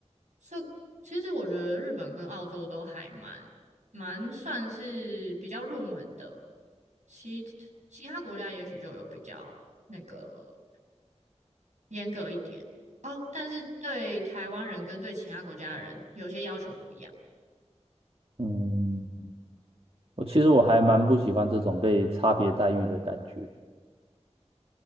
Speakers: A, on the right; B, on the right.
A: 这其实我觉得日本跟澳洲都还蛮蛮算是比较入门的，其其他国家也许就有比较那个严格一点哦，但是对台湾人跟对其他国家的人有些要求不一样。
B: 嗯，我其实我还蛮不喜欢这种被差别待遇的感觉。